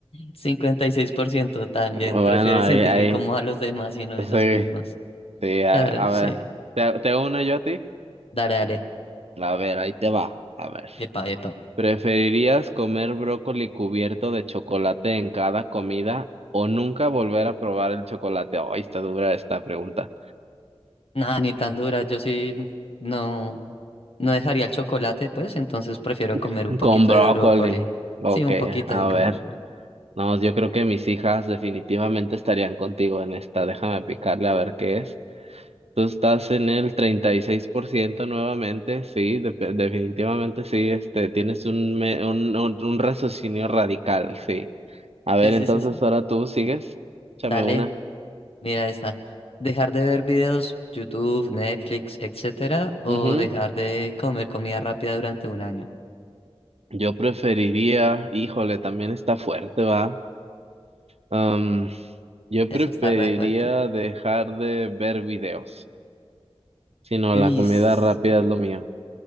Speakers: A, on the left; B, on the right.
A: 56% también
B: Bueno,
A: prefiere
B: ahí,
A: sentir
B: ahí,
A: incómodo a los demás y no a
B: sí,
A: ellos mismos.
B: sí, a,
A: Claro,
B: a
A: sí.
B: ver, ¿te, te uno yo a ti?
A: Dale, dale.
B: A ver, ahí te va, a ver.
A: Epa, epa.
B: ¿Preferirías comer brócoli cubierto de chocolate en cada comida o nunca volver a probar el chocolate? Ay, está dura esta pregunta.
A: Nada, ni tan dura. Yo sí no, no dejaría el chocolate, pues, entonces prefiero comer
B: <laughs>
A: un poquito
B: Con brócoli.
A: de brócoli.
B: Ok,
A: Sí, un poquito
B: a
A: ahí con
B: ver.
A: brócoli.
B: No, yo creo que mis hijas definitivamente estarían contigo en esta. Déjame picarle a ver qué es. Tú estás en el 36% nuevamente, sí, de- definitivamente sí, este, tienes un, me- un, un, un raciocinio radical, sí. A ver,
A: Sí, sí,
B: entonces
A: sí, sí.
B: ahora tú sigues, échame
A: Dale,
B: una.
A: mira esta. Dejar de ver videos, YouTube, Netflix, etcétera, o
B: Ujú.
A: dejar de comer comida rápida durante un año.
B: Yo preferiría, híjole, también está fuerte, va. Am, yo
A: Eso
B: preferiría
A: está re fuerte.
B: dejar de ver videos. Si no,
A: Uy,
B: la comida
A: sí.
B: rápida es lo mío.